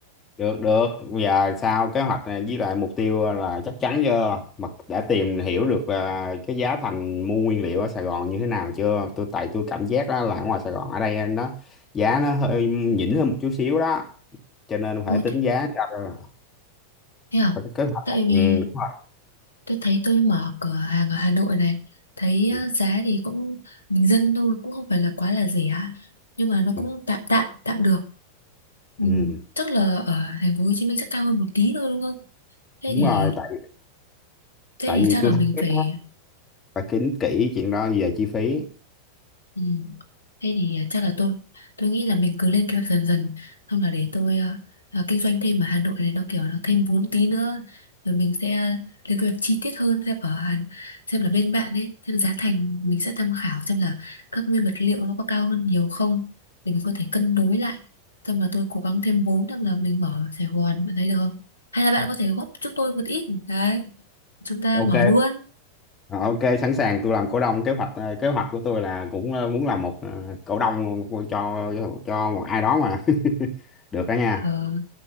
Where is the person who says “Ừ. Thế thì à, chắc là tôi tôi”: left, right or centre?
Left